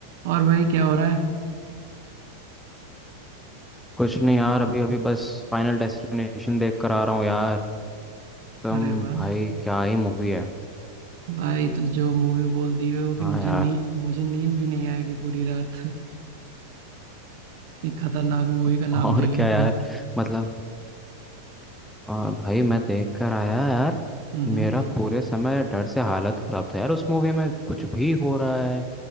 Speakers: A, on the right; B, in the centre.
A: और भाई क्या हो रहा है
B: कुछ नहीं यार अभी अभी बस फाइनल डेस्टिनेशन देख कर आ रहा हूँ यार एकदम
A: अरे वाह
B: भाई क्या ही मूवी है
A: भाई तो जो मूवी बोल दिए हो कि
B: हाँ
A: मुझे
B: यार
A: नी, मुझे नींद भी नहीं आएगी पूरी रात इतनी खतरनाक मूवी
B: <laughs>
A: का
B: और
A: नाम ले
B: क्या
A: लिया
B: यार
A: तुम
B: मतलब और भाई मैं देख कर आया यार
A: हम्म
B: मेरा पूरे समय डर से हालत खराब था यार उस मूवी में कुछ भी हो रहा है